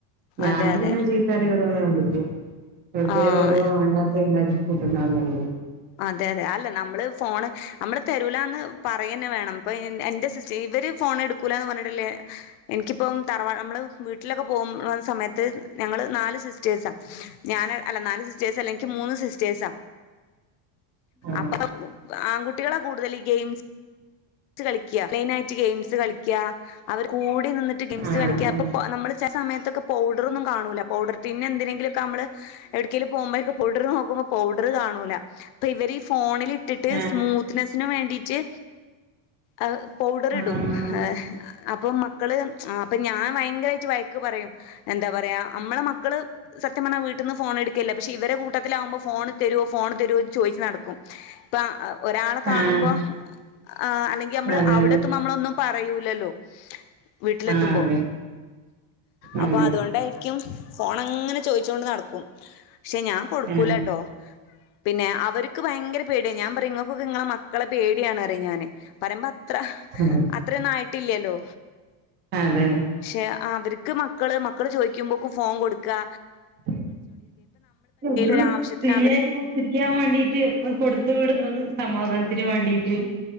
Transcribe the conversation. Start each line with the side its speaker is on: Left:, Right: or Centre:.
Right: ഞാൻ
Left: അതെ
Right: ഇതിങ്ങനെ
Left: അതെ
Right: ചീത്തറയും <unintelligible> <unintelligible> വെർതേ
Left: ആഹ്
Right: ഓരോ വാണ്ടാത്ത ഇണ്ടാക്കി <unintelligible> റിയോ?
Left: അതെ അതെ അല്ല നമ്മള് ഫോണ് നമ്മള് തരൂൽ ല്ലാന്ന് പറയന്ന വേണം. ഇപ്പ എന്റെ സിച്ച് ഇവര് ഫോണ് എടുക്കൂല്ലാന്ന് പറഞ്ഞിട്ടില്ലേ എനിക്കിപ്പം തറവാ നമ്മള് വീട്ടിലൊക്കെ പോന്ന സമയത്ത് ഞങ്ങള് നാല് സിസ്റ്റേഴ്സാ. ഞാന് അല്ല നാല് സിസ്റ്റേഴ്സല്ല. ഇനിക്ക് മൂന്ന് സിസ്റ്റേഴ്സാ.
Right: ആഹ്
Left: അപ്പ, ആൺകുട്ടികളാ കൂടുതലീ ഗെയിംസ് റ്റ് കളിക്കാ. ക്ലെയ്മായിറ്റ് ഗെയിംസ് കളിക്കാ അവര് കൂട് ട് നിന്നിട്ട് ഗെയിംസ്
Right: ആഹ്
Left: കളിക്കാ. അപ്പപ്പോ നമ്മള് ചെല സമയത്തൊക്കെ പൗഡറൊന്നും കാണൂല്ല. പൗഡർ പിന്നെന്ത്‌ ന്തിങ്കിലൊക്കെ അമ്മള് ഏട്ക്കേലും പോമ്പഴേക്കും പൗഡറു നോക്കുമ്പോ പൗഡറു കാണൂല്ല ഇപ്പവരീ ഫോണി ലിട്ടിട്ട്
Right: ആഹ് ആഹ്
Left: സ്മൂത്ത്നെസ്സിന് വേണ്ടീട്ട് ഔ പൗഡറിടും.
Right: ആഹ്
Left: ഹാ അപ് പ്പം മക്കള്, അപ്പൊ ഞാ ഭയങ്കരായിട്ട് വയക്ക് പറയും എന്താ പറയാ നമ്മടെ മ മക്കള് സത്യം പറഞ്ഞാൽ വീട്ടീന്ന് ഫോൺ എടുക്കില്ല. പക്ഷേ ഇവരുടെ കൂട്ടത്തിലാവുമ്പോ ഫോൺ തരോ ഫോൺ തരോ ചോദിച്ച് നടക്കും ഇപ്പ ഒരാളു
Right: ആഹ്
Left: കാണുമ്പോ
Right: ആഹ്
Left: ആ അല്ലെങ്കി നമ്മള്
Right: അതെ
Left: അവിടത്തുമ്പം
Right: അതെ
Left: നമ്മളൊന്നും പറ കഴിയൂലല്ലോ വീട്ടിലെത്തുമ്പോ
Right: ആഹ് അതെ
Left: അപ്പൊ
Right: അതെ
Left: അതുകൊണ്ടായിരിക്കും ഫോൺ അങ്ങനെ ചോയിച്ചു കൊണ്ട് നടക്കും പക്ഷെ ഞാൻ കൊടുക്കൂലട്ടോ
Right: ആഹ്
Left: പിന്നെ അവരക്ക് ഭയങ്കര പേടിയാ ഞാൻ പറയും നിങ്ങക്കൊക്കെ നിങ്ങളാ മ മക്കളേ പേടിയാണ് <unintelligible> ഞാന് പറയമ്പ അത്ര
Right: അതെ
Left: അത്രന്നായിട്ടില്ലല്ലോ
Right: അതെ
Left: ക്ഷെ ആ അവര് ക്ക് മക്കള് മക്കള് ചോദിക്കുമ്പോക്കും ഫോൺ കൊടുക്കാ
Right: <unintelligible>
Left: ഒരു ആവശ്യത്തിന്
Right: ഫ്രീയായിട്ട്
Left: അവര്
Right: <unintelligible> ഇരിക്കാൻ വേണ്ടീട്ട് കൊടുത്ത് വിടുന്നത് സമാധാനത്തിന് വേണ്ടീട്ട്